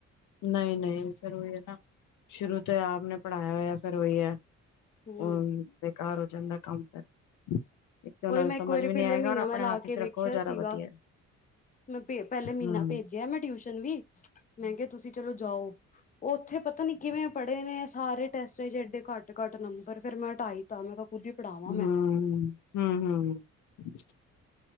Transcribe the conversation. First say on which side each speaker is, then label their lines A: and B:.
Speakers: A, on the left; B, on the left.
A: ਨਹੀਂ ਨਹੀਂ ਫਿਰ ਉਹੀ ਹੈ ਨਾ ਸ਼ੁਰੂ ਤੋਂ ਆਪ ਨੇ ਪੜ੍ਹਾਇਆ ਹੋਇਆ ਫਿਰ ਉਹੀ ਹੈ।
B: ਹੂੰ
A: ਹਮ ਬੇਕਾਰ ਹੋ ਜਾਂਦਾ ਕੰਮ ਇੱਕ ਤੇ ਉਹਨਾ
B: ਉਹੀ
A: ਨੂੰ
B: ਮੈਂ
A: ਸਮਝ
B: ਇੱਕ ਵਾਰੀ
A: ਵੀ
B: ਪਹਿਲੇ
A: ਨੀ ਆਏਗਾ
B: ਮਹੀਨਾ
A: ਔਰ ਆਪਣੇ
B: ਮੈਂ ਲਾ
A: ਹੱਥ ਵਿਚ
B: ਕੇ
A: ਰੱਖੋ
B: ਵੇਖਿਆ
A: ਜ਼ਿਆਦਾ
B: ਸੀਗਾ
A: ਵਧੀਆ।
B: ਮੈਂ ਪਹਿਲੇ ਮਹੀਨਾ
A: ਹੂੰ
B: ਭੇਜਿਆ ਮੈਂ ਟਿਊਸ਼ਨ ਵੀ ਮੈਂ ਕਿਹਾ ਤੁਸੀਂ ਚਲੋ ਜਾਓ ਉੱਥੇ ਪਤਾ ਨੀ ਕਿਵੇਂ ਪੜ੍ਹੇ ਨੇ ਸਾਰੇ ਟੈਸਟ ਜਿਡੇ ਘੱਟ ਘੱਟ ਨੰਬਰ ਫਿਰ ਮੈਂ ਹਟਾਈ ਤ ਮੈਂ। ਖੁਦ ਹੀ
A: <unintelligible>
B: ਪੜ੍ਹਾਵਾਂ ਮੈਂ